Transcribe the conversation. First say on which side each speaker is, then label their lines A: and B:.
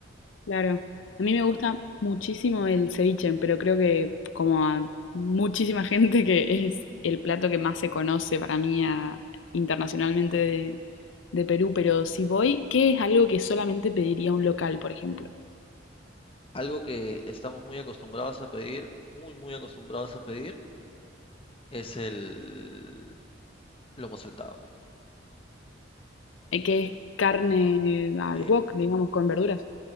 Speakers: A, on the left; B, on the left.
A: claro. A mí me gusta muchísimo el ceviche, pero creo que como a muchísima <laughs> gente que es el plato que más se conoce para mí a- internacionalmente de, de Perú, pero si voy, ¿qué es algo que solamente pediría un local, por ejemplo?
B: Algo que estamos muy acostumbrados a pedir, muy, muy acostumbrados a pedir, es el lomo saltado.
A: eh, que es carne
B: ¿no?
A: al
B: Eh,
A: wok, digamos, con verduras.